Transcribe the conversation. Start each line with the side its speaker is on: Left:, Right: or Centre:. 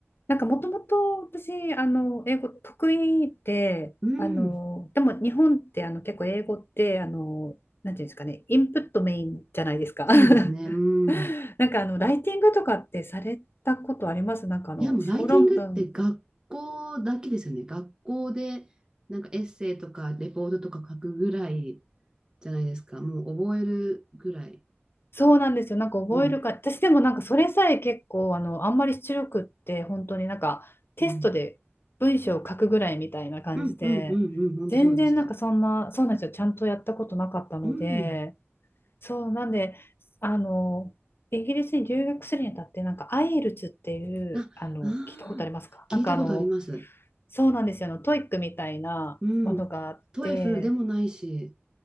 Left: なんかもともと私、あの、英語得意で、
Right: うん。
Left: あの、でも日本ってあの結構英語って、あの、なんていうんですかね、インプットメインじゃないですか
Right: そうですね。
Left: <laughs>
Right: うん。
Left: なんかあの、ライティングとかってされたことありますなんかあの、
Right: いや、もうライティングって学校だけですよね。
Left: 小論文
Right: 学校で、なんかエッセイとかレポートとか書くぐらいじゃないですか。もう覚えるぐらい。
Left: そうなんですよ。なんか覚えるか、
Right: うん。
Left: 私でもなんかそれさえ結構あの、あんまり出力って本当になんかテストで文章を書くぐらいみたいな感じで、
Right: うん。うん、うん、うん、うん。本当そうでした。
Left: 全然なんかそんな、そうなんですよ。ちゃんとやったことなかったので、
Right: うん。
Left: そうなんで、あの、イギリスに留学するにあたって、なんか IELTS っていう、
Right: あ、
Left: あの、
Right: ああ、
Left: 聞いたことありますかなんかあの、
Right: 聞いたことあります。
Left: そうなんですよ。あの、トイックみたいなものがあって、
Right: うん。トエフルでもないし、